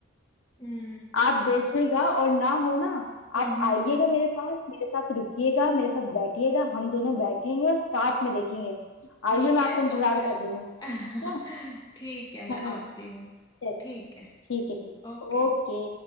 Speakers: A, on the left (about 20°); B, on the left (about 85°).
A: हम्म
B: आप देखिएगा और ना हो ना
A: हम्म
B: आप
A: हम्म,
B: आइएगा मेरे पास मेरे साथ रुकिएगा मेरे साथ बैठिएगा हम दोनों बैठेंगे और साथ में देखेंगे
A: ठीक
B: आइए मैं
A: है
B: आपका इंतजार
A: तो फिर
B: कर रही हूँ ठीक
A: <laughs> ठीक है मैं
B: है <laughs> हाँ
A: आती हूँ
B: चलिए,
A: ठीक है
B: ठीक है ठीक है
A: ओके
B: ओके